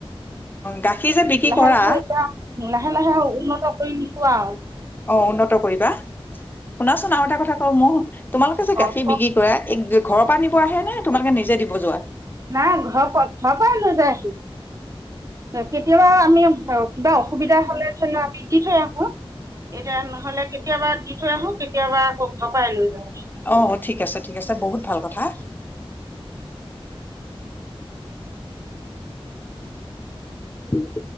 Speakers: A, on the left (about 20°); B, on the right (about 35°).
A: গাখীৰ। যে বিক্ৰী
B: লাহে
A: কৰা
B: লাহে এতিয়া লাহে লাহে উন্নত কৰি। কোৱা।
A: অ উন্নত কৰিবা। শুনাচোন আৰু এটা কথা কওঁ মই শুন। তোমালোকে
B: অ
A: যে কোফি বিক্ৰী
B: অ
A: কৰা এক। ঘৰৰ পৰা নিব আহে নে তোমালোকে নিজে দিব যোৱা।
B: নাই ঘৰ ঘৰৰ পৰাই লৈ যায় কেতিয়াবা আমি কিবা অসুবিধা হলে ধৰি লও আমি দি থৈ আহো এতিয়া নহলে কেতিয়াবা দি থৈ আহো কেতিয়াবা আকৌ ঘৰ পৰাই লৈ যাওঁ।
A: অ ঠিক আছে ঠিক আছে বহুত ভাল কথা। উম <unintelligible>